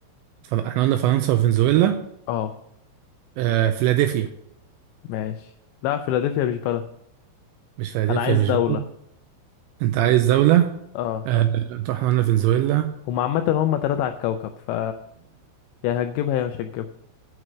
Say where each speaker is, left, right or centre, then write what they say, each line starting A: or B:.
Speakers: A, on the right (about 85°); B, on the left (about 85°).
A: ف- احنا قلنا فرنسا وفنزويلا
B: اه
A: آه. فيلادلفيا
B: ماشي لا فيلادلفيا مش بلد
A: مش فيلادلفيا
B: انا عايز
A: مش
B: دولة
A: بلد انت عايز دولة
B: اه
A: آه. انت احنا قلنا فنزويلا
B: هم عامة هم تلاتة على الكوكب ف يا هتجيبها يا مش هتجيبها